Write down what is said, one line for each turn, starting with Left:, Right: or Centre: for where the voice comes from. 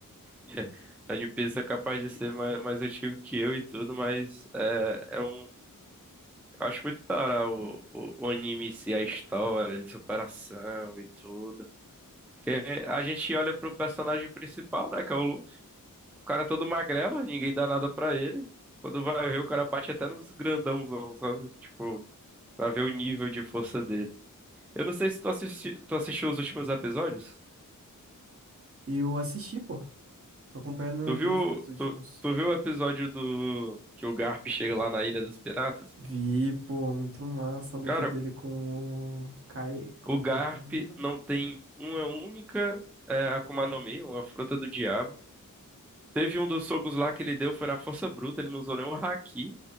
Centre: <laughs> a One Piece é capaz de ser mais, mais antigo que eu e tudo, mas é, é um. Eu acho muito da hora o, o, o anime em si, a história de superação e tudo. Porque a gente olha pro personagem principal, né, que é o O cara é todo magrelo, ninguém dá nada pra ele. Quando vai ver, o cara bate até nos grandãozão, sabe? Tipo, pra ver o nível de força dele. Eu não sei se tu assisti, tu assistiu os últimos episódios.
Right: E eu assisti, pô. Tô acompanhando
Centre: Tu viu,
Right: desde os últimos.
Centre: tu, tu viu o episódio do que o Garp chega lá na Ilha dos Piratas?
Right: Vi, pô, muito massa a luta
Centre: Cara,
Right: dele com o Kai, com...
Centre: o Garp
Right: o-
Centre: não tem uma única é, Akuma no Mi, uma fruta do diabo. Teve um dos socos lá que ele deu, foi na força bruta, ele não usou nenhum haki.